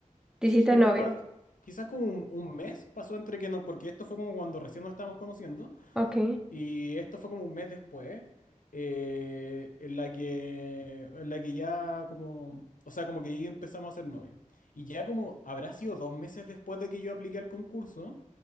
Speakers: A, in the centre; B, on the left.
A: Te
B: Sí,
A: hiciste
B: como
A: novio.
B: un par, de- quizás como un, un mes pasó entre que no, porque esto fue como cuando recién nos estábamos conociendo.
A: Ok.
B: Y esto fue como un mes después, eh, en la que, en la que ya como, o sea, como que ya empezamos a ser novios. Y ya como habrá sido dos meses después de que yo apliqué al concurso,